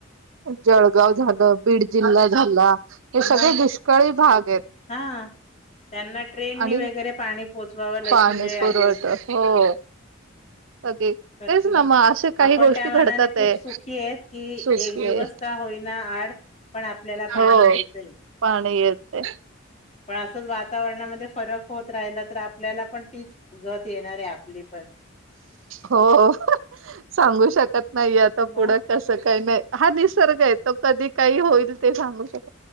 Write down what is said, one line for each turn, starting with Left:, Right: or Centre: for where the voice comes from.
Right: जळगाव झालं, बीड जिल्हा झाला, हि सगळी
Left: मग
Right: दुष्काळी भाग. आहेत
Left: हा,, त्यांना ट्रेननी
Right: आणि
Left: वगैरे पाणीऽऽ पोचवावालाची
Right: पाणी
Left: वेळ
Right: पुरवठा
Left: आली होती..
Right: हो सगळे
Left: कठीण
Right: तेच ना
Left: आहेआपण
Right: मग असे काही गोष्टी
Left: त्या
Right: घडतात
Left: मनाने खूप
Right: आहे
Left: सुखी आहेत की
Right: सुके
Left: एक दिवस का हो आड, पण आपल्याला
Right: हो
Left: पाणी मिळतं
Right: पाणी येते
Left: पण असंच वाात वातावरणामध्ये फरक होत राहिला तर आपल्याला पण तीच,, गत येणारे आपली. पण
Right: हो, हो सांगू शकत नाहीे आता,,
Left: मग
Right: पुढं कसं कायऽऽ हा निसर्ग आहे तो कधी काही होईल ते सांगू शक